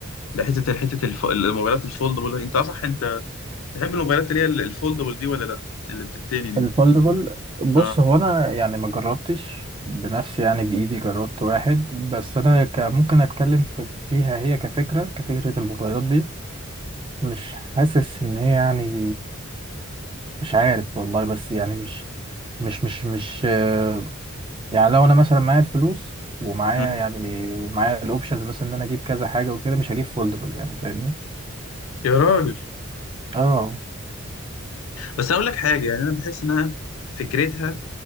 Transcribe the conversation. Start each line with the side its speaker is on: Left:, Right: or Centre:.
Left: لحتة الحتة الف... الموبايلات الفولدبل أنت صح أنت تحب الموبايلات اللي هي الفولدبل دي ولا لأ اللي بتتاني دي
Right: الفولدبل بص
Left: اه
Right: هو انا يعني ما جربتش بنفسي يعني بايدي جربت واحد بس انا ك- ممكن اتكلم في- فيها هي كفكره كفكره الموبايلات دي مش حاسس ان هي يعني مش عارف والله بس يعني مش مش مش مش آه، يعني لو انا مثلا معايا الفلوس ومعايا
Left: مم.
Right: يعني معايا الاوبشنز مثلا ان انا اجيب كذا حاجه وكده مش هجيب فولدبل يعني فاهمني
Left: يا راجل
Right: اه
Left: بس اقول لك حاجه يعني انا بحس انها فكرتها